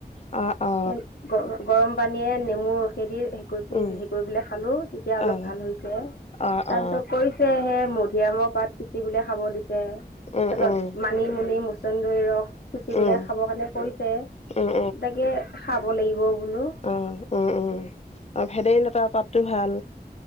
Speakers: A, on the left; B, on the left.
A: অঁ' অঁ'।
B: উম গৰম গৰম পানীয়ে নেমু ৰসেদি- কৰি পিনি
A: উম
B: হেই কৰি পেলাই খালো, তেতিয়া অলপ
A: অ
B: ভাল হৈছে।
A: অ
B: তাৰ
A: অ
B: পিছত কৰি- ছে সেয়ে মধিয়ামৰ পাত পিচি পেলাই খাব দিছে,
A: উম
B: তাছত
A: উম
B: মানিমুনি মচ- চন্দৰি ৰস পিচি
A: উম
B: পেলাই খাব কাৰণে কৰিছে,
A: উম
B: তাকে খাব লাগিব বোলো।
A: অঁ অঁ অঁ, অঁ ভেদাইলতা পাতটো ভাল।